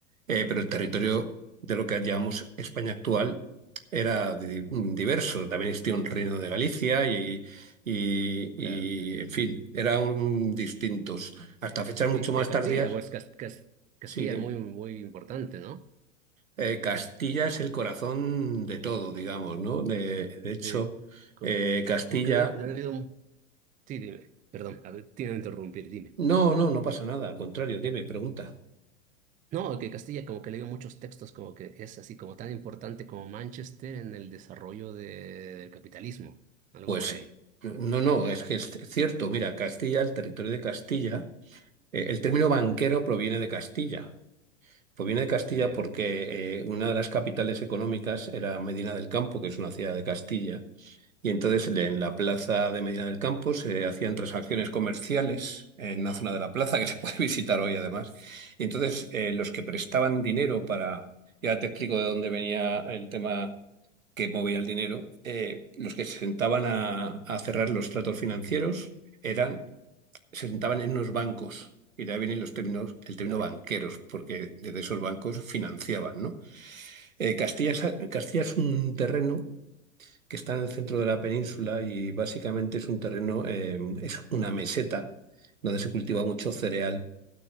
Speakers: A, on the right; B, on the right.
A: Eh, pero el territorio de lo que llamamos España actual era di- mm, diverso. También existía un reino de Galicia y, y-
B: claro.
A: y, en fin, eran distintos. Hasta
B: Casti-
A: fechas mucho más
B: de Castilla,
A: tardías,
B: pues Cas- Cas- Castilla
A: sí, dime.
B: es muy, muy importante, ¿no?
A: Eh, Castilla es el corazón de todo, digamos, ¿no? De, de hecho,
B: Sí. Co-
A: eh, Castilla...
B: Como que le, le han leído... Sí, dime, perdón, a ver, tiene que interrumpir, dime.
A: No, no, no pasa nada. Al contrario, dime, pregunta.
B: No, que Castilla como que le dio muchos textos, como que es así como tan importante como Manchester en el desarrollo de- del capitalismo, algo
A: Pues
B: por ahí.
A: no, no, es que es cierto. Mira, Castilla, el territorio de Castilla, eh, el término banquero proviene de Castilla. Pues viene de Castilla
B: Ya,
A: porque eh, una de las capitales económicas era Medina del Campo, que es una ciudad de Castilla. Y entonces en la plaza de Medina del Campo se hacían transacciones comerciales en la zona de la plaza, que se puede <laughs> visitar hoy además. Y entonces eh, los que prestaban dinero para... Ya te explico de dónde venía el tema que movía el dinero. Eh, los que se sentaban a, a cerrar los tratos financieros eran se sentaban en unos bancos. Y de ahí vienen los términos, el término
B: claro.
A: banqueros, porque desde esos bancos financiaban, ¿no? Eh, Castilla, es- Castilla es un terreno que está en el centro de la península y básicamente es un terreno, eh, es una meseta donde se cultiva mucho cereal.